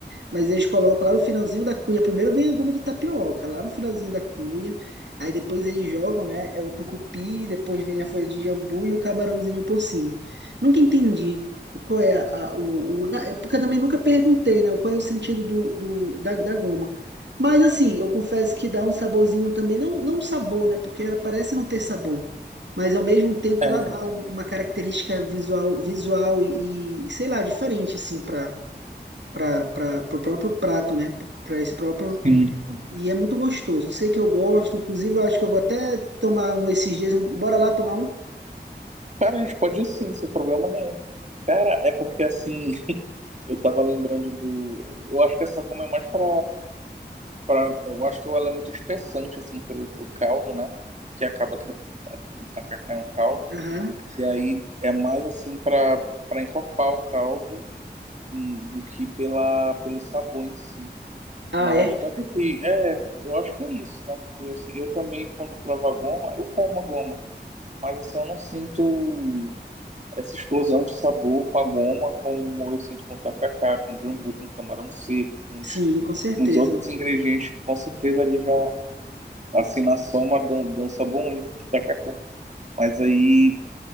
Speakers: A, on the right; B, on the right.
A: Mas eles colocam lá no finalzinho da cuia. Primeiro vem a goma de tapioca, lá no finalzinho da cuia. Aí depois eles jogam, né? É o tucupi, depois vem a folha de jambu e o camarãozinho por cima. Nunca entendi qual é a, a- o, o- na- é Porque eu também nunca perguntei, né? Qual é o sentido do, do, da, da goma. Mas assim, eu confesso que dá um saborzinho também. Não, não um sabor, né? Porque ela parece não ter sabor. Mas ao mesmo tempo
B: É,
A: ela dá um- uma característica visual, visual e, e, sei lá, diferente, assim, para para o próprio prato, né? Para esse próprio.
B: sim.
A: E é muito gostoso. Eu sei que eu gosto, inclusive eu acho que eu vou até tomar um esses dias. um- Bora lá tomar um?
B: Cara, a gente pode ir sim, sem problema nenhum. Cara, é porque assim, <laughs> eu tava lembrando do. Eu acho que essa goma é mais pra. pra eu acho que ela é muito espessante, assim, pro, pro caldo, né? Que acaba que a- o tacacá é um caldo.
A: Aham.
B: E aí é mais assim para para encorpar o caldo hum, do que pela pelo sabor em si.
A: Ah,
B: Mas
A: é?
B: tanto que é, eu acho que é isso, né? Porque assim, eu também quando provo a goma, eu como a goma, mas assim, eu não sinto essa explosão de sabor com a goma, como eu sinto com o tacacá, com o jambu, com o camarão seco, com
A: Sim,
B: os,
A: com certeza.
B: com os outros ingredientes que com certeza ali já assim na soma dão, dão sabor único pro tacacá. Mas aí